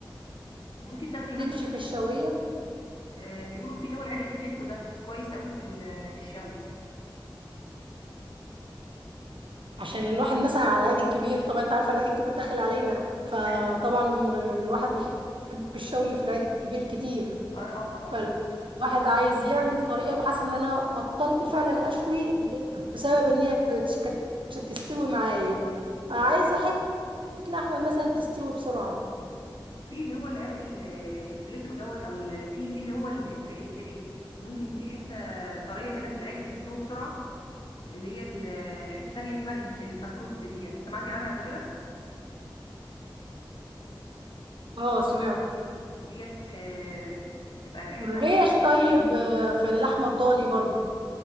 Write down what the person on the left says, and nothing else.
ممكن تاخدي مثلا
آه، بيقولوا فيه اللي هو العرق الفليتو ده كويس قوي في ال- في الشوي
ايوه
اه اه طبعا
في اللي هو العرق ال- الفليتو دوت او ال- في في اللي هو ال- الف- الفيليه ممكن في حته طريه كده في العجل بتستوي بسرعه اللي هي ال- حتة تانية اسمها الان- الانتركوت ديت سمعتي عنها قبل كده
ديت آه، بتبقى حلوة
في ال-